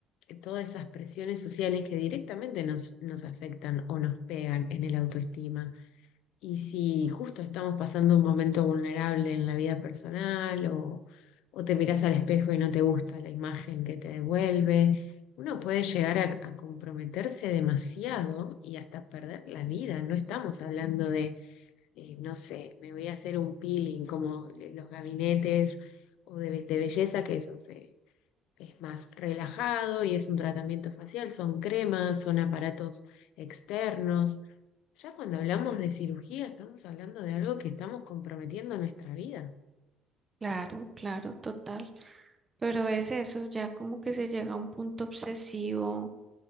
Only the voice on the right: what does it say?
Claro, claro, total. Pero es eso, ya como que se llega a un punto obsesivo